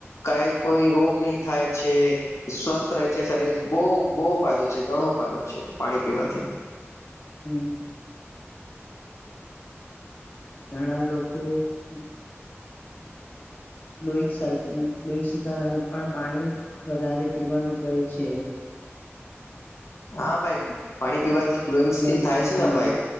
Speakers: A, on the left; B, on the left.
A: કઈ કોઈ રોગ નહી થાય છે સ્વસ્થ રહે છે શરીર બહ બહુ ફાયદો છે ઘણો ફાયદો છે પાણી પીવાથી
B: હમ ઘણા લોકોલું લોના પણ પાણી વધારે પીવાનું કહે છે <inaudible>
A: હા ભાઈ પાણી પીવા ગ્લોઈંગ
B: ગ્લો
A: સ્કીિન થાય
B: સ્કીન
A: છે
B: હા
A: ને ભાઈ